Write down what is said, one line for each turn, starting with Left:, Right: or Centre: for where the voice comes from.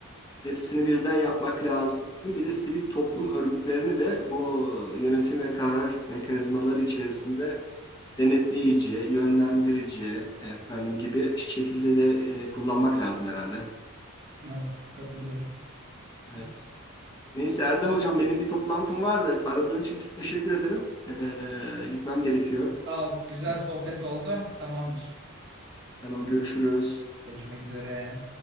Left: Hepsini birden yapmak lazım. Bir de sivil toplum örgütlerini de bu yönetim ve karar mekanizmaları içerisinde denetleyici, yönlendirici, efendim gibi şekilde de e, kullanmak lazım herhalde.
Right: Evet, katılıyorum. Katılıyorum.
Left: Evet. Neyse Erdem hocam benim bir toplantım var da aradığın için teşekkür ederim. Ee, gitmem gerekiyor.
Right: Sağ ol. Güzel
Left: E,
Right: sohbet oldu. Tamamdır.
Left: Tamam görüşürüz.
Right: Görüşmek üzere.